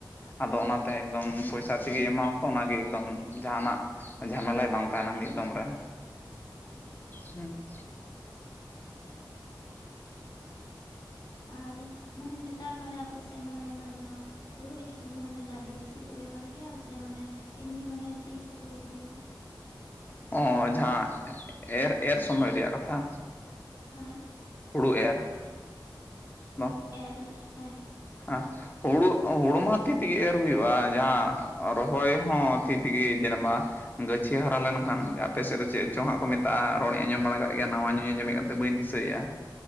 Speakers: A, on the left (about 25°); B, on the left (about 55°).
A: ᱟᱫᱚ ᱚᱱᱟ ᱛᱮ ᱮᱠᱫᱚᱢ ᱯᱚᱭᱥᱟ ᱛᱮ ᱜᱮ ᱮᱢᱟ ᱣᱟᱠᱚᱢ ᱚᱱᱟ ᱜᱮ ᱮᱠᱫᱚᱢ ᱡᱟᱦᱟᱸᱱᱟᱜ ᱡᱷᱟᱢᱮᱞᱟᱭ ᱵᱟᱝ ᱛᱟᱦᱮᱱᱟ ᱢᱤᱫ ᱫᱚᱢ ᱨᱮ ᱦᱩᱸ ᱾
B: ᱟᱨ ᱢᱟᱱᱮ ᱱᱮᱛᱟᱨ ᱢᱟᱱᱮ ᱟᱯᱮ ᱛᱮ ᱢᱟᱱᱮ ᱚᱱᱟ ᱡᱟᱦᱟᱸ ᱦᱩᱲᱩ ᱤᱨ ᱥᱚᱢᱚᱭ ᱢᱟᱱᱮ ᱜᱟᱹᱰᱤ ᱵᱮᱥᱤ ᱠᱚ ᱵᱮᱵᱚᱦᱟᱨ ᱜᱮᱭᱟ ᱥᱮ ᱢᱟᱱᱮ ᱮᱢᱱᱤ ᱢᱟᱱᱮ ᱛᱤ ᱛᱮ ᱠᱚ ᱤᱨ ᱜᱮᱭᱟ?
A: ᱚ ᱡᱟᱦᱟᱸ ᱮᱨ ᱮᱨ ᱥᱚᱢᱚᱭ ᱨᱮᱭᱟᱜ ᱠᱟᱛᱷᱟ?
B: ᱦᱮᱸ
A: ᱦᱩᱲᱩ ᱮᱨ <inaudible>
B: ᱮᱨ ᱦᱮᱸ ᱾
A: ᱦᱟᱸ ᱦᱩᱲᱩ ᱦᱩᱲᱩ ᱢᱟ ᱛᱤ ᱛᱮ ᱜᱮ ᱮᱨ ᱦᱩᱭᱩᱜᱼᱟ ᱡᱟᱦᱟᱸ ᱨᱚᱦᱚᱭ ᱦᱚᱸ ᱛᱤ ᱛᱮ ᱜᱮ ᱡᱟᱱᱢᱟ ᱜᱟᱹᱪᱷᱤ ᱦᱟᱨᱟ ᱞᱮᱱ ᱠᱷᱟᱱ ᱟᱯᱮ ᱥᱮᱫ ᱫᱚ ᱪᱮᱫ ᱪᱚᱝ ᱦᱟᱸᱜ ᱠᱚ ᱢᱮᱛᱟᱜᱼᱟ ᱨᱚᱲ ᱤᱧ ᱟᱸᱡᱚᱢ ᱵᱟᱲᱟ ᱠᱟᱜ ᱜᱮᱭᱟ, ᱱᱟᱶᱟ ᱜᱤᱧ ᱟᱸᱡᱚᱢᱮᱫ ᱠᱟᱱ ᱛᱮ ᱵᱟᱹᱧ ᱫᱤᱥᱟᱹ ᱫᱤᱥᱟᱹᱭᱮᱫᱼᱟ